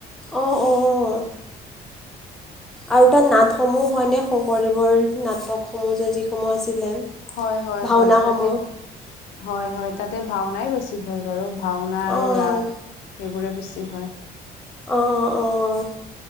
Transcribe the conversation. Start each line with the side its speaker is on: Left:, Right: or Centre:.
Centre: অ'-অ'। আৰু তাত নাটসমূহ হয়নে, শংকৰদেৱৰ নাটকসমূহ যে যিসমূহ আছিলে।
Left: হয় হয়-
Centre: ভাওনাসমূহ
Left: হয় তাতে হয়- হয় তাতে ভাওনাই বেছি হয় বাৰু। ভাওনা আৰু
Centre: অঁ
Left: ৰাস
Centre: অঁ
Left: সেইবোৰে বেছি হয়।
Centre: অ'-অ'-অ'।